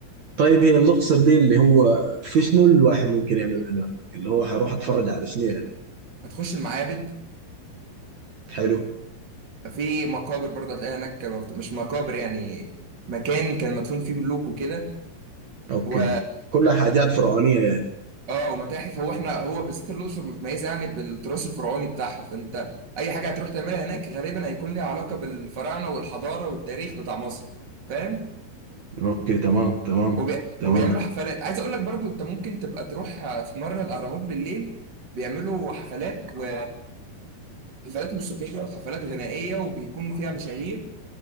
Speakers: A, on the right; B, on the right.
A: طيب هي الاقصر دي اللي هو في شنو الواحد ممكن يعمله هناك اللي هو حروح اتفرج على شنو يعني
B: هتخش المعابد
A: حلو
B: في مقابر برضه هتلاقي هناك مكت- مش مقابر يعني مكان كان مدفون فيه ملوك وكده
A: اوكي
B: و
A: كلها حاجات فرعونية يعني
B: اه ومتاحف هو احنا هو بالذات الاقصر متميزه يعني بالتراث الفرعوني بتاعها فانت اي حاجه هتروح تعملها هناك غالبا هيكون ليها علاقه بالفراعنه والحضاره والتاريخ بتاع مصر فاهم
A: اوكي تمام تمام
B: وبي...
A: تمام
B: وبيعملوا حفلات عايز اقول لك برضو انت ممكن تبقى تروح في مره الاهرامات بالليل بيعملوا حفلات و حفلات موسيقيه وحفلات غنائيه وبيكون فيها مشاهير